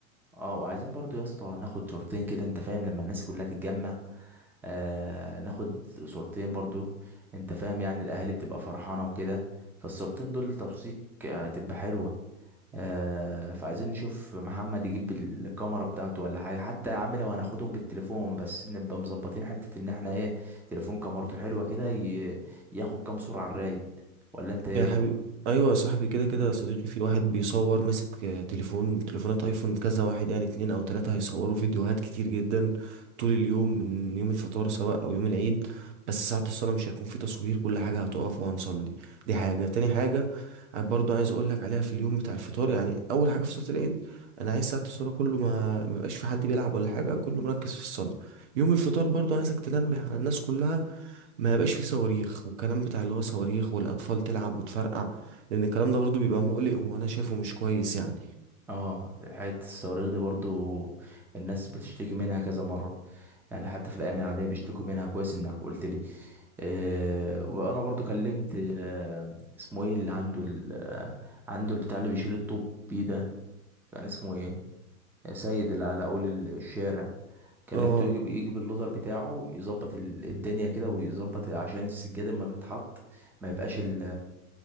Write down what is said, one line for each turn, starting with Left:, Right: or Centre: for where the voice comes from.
Centre: اه وعايزين برضو يا اسطى ناخد صورتين كده انت فاهم لما الناس كلها تتجمع آه ناخد صورتين برضو انت فاهم يعني الاهالي بتبقى فرحانة وكده فالصورتين دول توثيق آه، هتبقى حلوة آه، فعايزين نشوف محمد يجيب ال- الكاميرا بتاعته ولا حاجة حتى يا عم لو هناخدهم بالتليفون بس نبقى مظبطين حتة ان احنا ايه تليفون كاميرته حلوة كده ي- ياخد كام صورة على الرايق ولا انت ايه
Right: يا حبيبي ايوه
Centre: اه
Right: يا صاحبي كده كده
Centre: د-
Right: يا صديقي في واحد بيصور ماسك تليفون تليفونات ايفون كذا واحد يعني اتنين او تلاتة هيصوروا فيديوهات كتير جدا طول اليوم من يوم الفطار سواء او يوم العيد بس ساعة الصلاة مش هيكون في تصوير كل حاجة هتقف وهنصلي دي حاجة تاني حاجة برضو عايز اقول لك عليها في اليوم بتاع الفطار يعني اول حاجة في صلاة العيد انا عايز ساعة الصلاة كله ما ما يبقاش في حد بيلعب ولا حاجة كله مركز في الصلاة يوم الفطار برضو عايزك تنبه على الناس كلها ما يبقاش فيه صواريخ والكلام بتاع اللي هو صواريخ والاطفال تلعب وتفرقع لان الكلام ده برضو بيبقى مقلق وانا شايفه مش كويس يعني
Centre: آه، حتة الصواريخ دي برضو الناس بتشتكي منها كذا مرة يعني حتى في الأيام العادية بيشتكوا منها كويس انك قلت لي آه وأنا برضو كلمت آه اسمه ايه اللي عنده ال- آه، عنده البتاع اللي بيشيل الطوب بيه ده كان اسمه ايه سيد اللي على اول ال- الشارع كلمته
Right: اه
Centre: يجي يجي باللودر بتاعه يظبط ال- الدنيا كده ويظبط عشان السجاده لما بتتحط ما يبقاش ال-